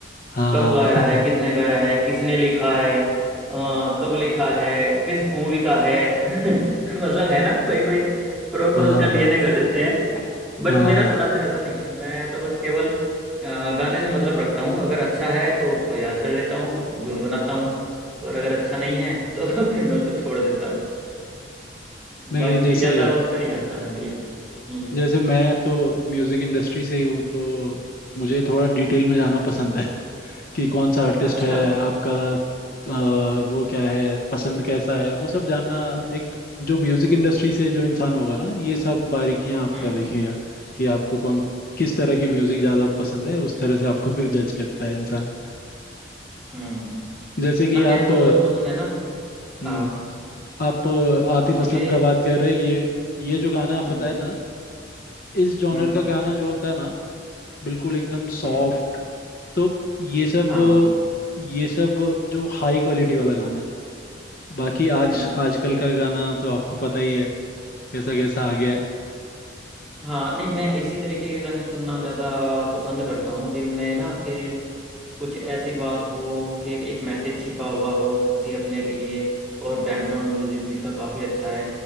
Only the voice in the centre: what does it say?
कब
गाया है किसने गाया है किसने लिखा है अ, कब लिखा है किस मूवी का है <laughs> मतलब है ना कोई कोई प्रॉपर
उसका डीएनए
कर देते हैं बट
मेरा थोड़ा सा ऐसा नहीं है मैं तो बस केवल अ, गाने से मतलब रखता हूँ अगर अच्छा है तो उसको याद कर लेता हूँ और गुनगुनाता हूँ और अगर अच्छा नहीं है तो <laughs> फिर मैं उसको छोड़ देता हूँ
बाकी
ज़्यादा उस पर नहीं जाता मैं डीप हम्म
अच्छा
हम्म
हम्म
हम्म
ना मेरे
को जो पसंद है ना हाँ
मुझे
हम्म
हम्म
हम्म
हाँ
हम्म
हाँ नहीं मैं इसी तरीके के गाने सुनना ज़्यादा पसंद करता हूँ जिनमें ना कि कुछ ऐसी बात हो कि एक मैसेज छिपा हुआ हो किसी अपने के लिए और बैकग्राउंड म्यूजिक भी इसका काफ़ी अच्छा है